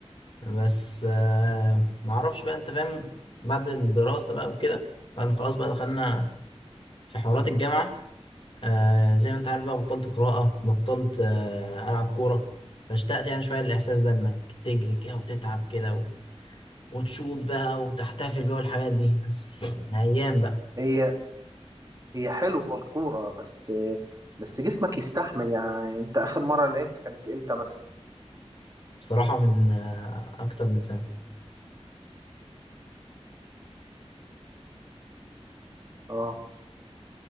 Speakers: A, on the left (about 50°); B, on the right (about 30°).
A: بس آه، ما اعرفش بقى انت فاهم بعد الدراسه بقى وكده بعد ما خلاص بقى دخلنا في حوارات الجامعه آه زي ما انت عارف بقى بطلت قراءة بطلت آه ألعب كورة فاشتقت يعني شوية للإحساس ده إنك تجري كده وتتعب كده و... وتشوط بقى وتحتفل بقى والحاجات دي بس آه، أيام بقى
B: هي هي حلوه الكوره بس بس جسمك يستحمل يعني انت اخر مره لعبت كانت امتى مثلا
A: بصراحة من آه أكتر من سنة
B: اه